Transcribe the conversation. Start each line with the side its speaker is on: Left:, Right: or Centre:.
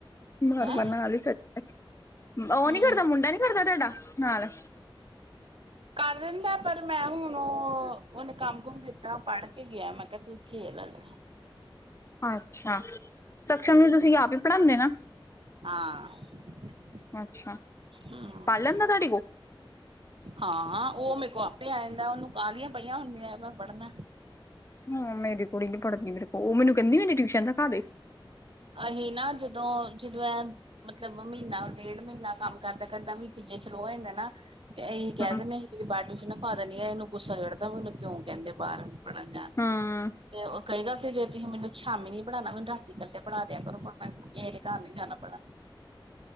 Left: ਬਾਰ
Right: ਹੈਂ
Left: -ਬਾਰ ਨਾਲ ਹੀ ਉਹ
Right: ਹਮ
Left: ਨੀ ਕਰਦਾ ਮੁੰਡਾ ਨੀ ਕਰਦਾ ਤੁਹਾਡਾ ਨਾਲ
Right: ਕਰ ਦਿੰਦਾ ਪਰ ਮੈਂ ਹੁਣ ਉਹ ਉਹਨੇ ਕੰਮ ਕੁਮ ਕੀਤਾ ਪੜ੍ਹ ਕੇ ਗਿਆ ਮੈਂ ਕਿਹਾ ਤੂੰ ਖੇਲ ਲੈ।
Left: ਅੱਛਾ, ਸਕਸ਼ਮ ਨੂੰ ਤੁਸੀਂ ਆਪ ਹੀ ਪੜ੍ਹਾਂਦੇ ਨਾ।
Right: ਹਾਂ
Left: ਅੱਛਾ
Right: ਹੂੰ
Left: ਪੜ ਲੈਂਦਾ ਤੁਹਾਡੇ ਕੋਲ
Right: ਹਾਂ ਉਹ ਮੇਰੇ ਕੋ ਆਪੇ ਆ ਜਾਂਦਾ, ਉਹਨੂੰ ਕਾਹਲੀਆਂ ਪਈਆਂ ਹੁੰਦੀਆਂ ਮੈਂ ਪੜ੍ਹਨਾ
Left: ਹਾਂ ਮੇਰੀ ਕੁੜੀ ਨਹੀ ਪੜਦੀ ਮੇਰੇ ਕੋਲ ਉਹ ਮੈਨੂੰ ਕਹਿੰਦੀ ਮੇਰੀ ਟਿਊਸ਼ਨ ਤੇ ਰਖਾ ਦੇ।
Right: ਅਸੀਂ ਨਾ ਜਦੋਂ- ਜਦੋਂ ਇਹ ਮਤਲਬ ਮਹੀਨਾ ਡੇਢ ਮਹੀਨਾ ਕੰਮ ਕਰਦਾ -ਕਰਦਾ ਵਿਚ ਜੇ ਸਲੋਅ ਹੋ ਜਾਂਦਾ ਨਾ ਇਹੀ ਕਹਿ
Left: ਹੂੰ
Right: ਦਿਨੇ ਆ ਕਿਸੇ ਪਾਰਟੀ ਚ ਨਾ ਪਾਤਾ ਨੀ ਇਹਨੂੰ ਗੁੱਸਾ ਚੜਦਾ ਵੀ ਉਹਨੂੰ ਕਿਉਂ ਕਹਿੰਦੇ ਬਾਹਰ ਪੜਨ ਜਾਣ
Left: ਹੂੰ
Right: ਤੇ ਉਹ ਕਏਗਾ ਤੇ ਜੇ ਤੁਸੀ ਮੈਨੂੰ ਸ਼ਾਮੀ ਨੀ ਪੜਾਣਾ ਮੈਨੂੰ ਰਾਤੀ ਇਕੱਲੇ ਪੜਾ ਦਿਆ ਕਰੋ, ਪਰ ਮੈਂ ਕਿਸੇ ਦੇ ਘਰ ਨੀ ਜਾਣਾ ਪੜਣ